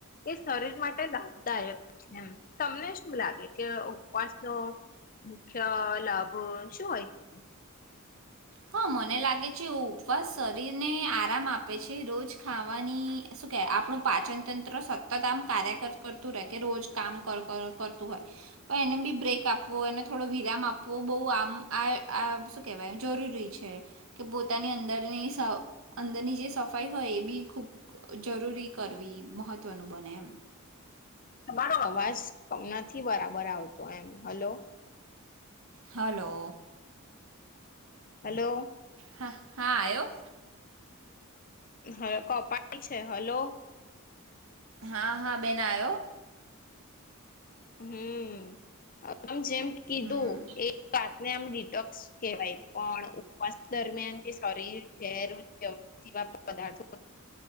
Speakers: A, on the left; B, on the right.
A: એ શરીર માટે લાભદાયક છે એમ તમને શું લાગે કે ઉપવાસ નો મુખ્ય લાભ શું હોય છે
B: હા મને લાગે છે ઉપવાસ શરીરને આરામ આપે છે રોજ ખાવાની શું કે આપણું પાચન તંત્ર સતત આમ કાર્ય કરતું રહેે કે રોજ કામ કરતું હોય પણ એને બી બ્રેક આપવો એને થોડો વિરામ આપવો બહુ આમ આ શું કેહેવાય જરૂરી છે કે પોતાની અંદરની અંદરની જે સફાઈ હોય એ બી ખૂબ જરૂરી કરવી મહત્ત્વનું બને એમ
A: તમારો અવાજ નથી બરાબર આવતો એમ હલો
B: હલો
A: હેલો
B: હા હા આવ્યો
A: હ કપાય છે હલો
B: હા હા બેન આવ્યો
A: હમ આમ જેમ કીધું
B: હમ.
A: એ વાતને આમ ડિટોક્સ કહેવાય પણ ઉપવાસ દરમિયાન જે શરીરેરવ જેવા પદાર્થો